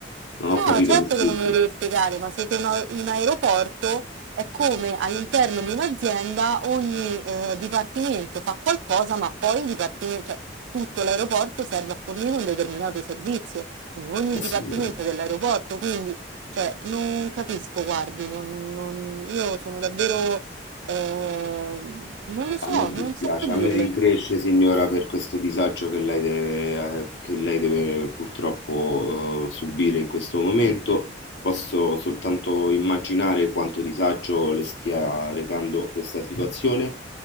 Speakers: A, on the left; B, on the right.
A: Non
B: No,
A: ho capito,
B: certo
A: mi scusi.
B: che non me lo deve spiegare, ma siete un, a- un aeroporto, è come all'interno di un'azienda ogni eh, dipartimento fa qualcosa, ma poi il dipartimento, cioè tutto l'aeroporto serve a fornire un determinato servizio, quindi ogni
A: Eh,
B: dipartimento
A: signora.
B: dell'aeroporto, quindi cioè, non capisco, guardi, non- non- io sono davvero, eh, non lo so,
A: A me
B: non
A: dispiace,
B: so che dirle.
A: a me rincresce, signora, per questo disagio che lei deve, eh, che lei deve purtroppo, eh, subire in questo momento. Posso soltanto immaginare quanto disagio le stia recando questa situazione